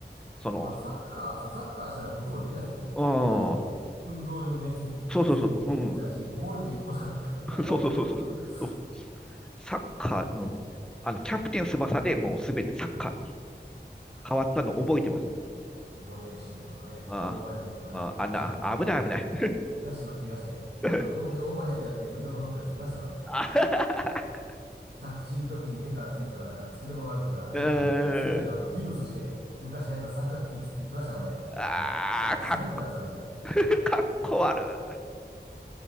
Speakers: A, in the centre; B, on the right.
A: その、
B: まあサッカー、そう、サッカーしたらドッジボールできないですもんね。
A: う
B: あの、
A: ん、
B: 運動場の面積、面積的にもそうやし、
A: そうそうそう、うん、
B: ボールって一個しかないから、
A: <laughs>
B: <laughs> わからずに。
A: そうそうそうそう、
B: <laughs>
A: うんサッカー、うん、あの、キャプテン翼でもうすべてサッカーに
B: あもうね、
A: 変わったの覚えてます、僕も。
B: ボレーシュートとかね、
A: ああ、
B: オーバーヘッドキックとかね、
A: ああ、
B: できもしないで、
A: あんな、
B: ほんと。
A: 危ない危ない。
B: 怪我して、怪我して、
A: <laughs>
B: あの、本当にオーバーヘッドやって腕の骨折ったやついましたからね。
A: あ <laughs>
B: 着地の時に手からついたら、なんか突きどころ悪くてから手の骨折って、
A: うーん、
B: 次の日あの、ギブスして、昔流行った三角筋つってきましたからね。
A: ああ、
B: もう、ダサいダサいみたいな。
A: かっ、
B: っ
A: <laughs> かっこ悪い。あ、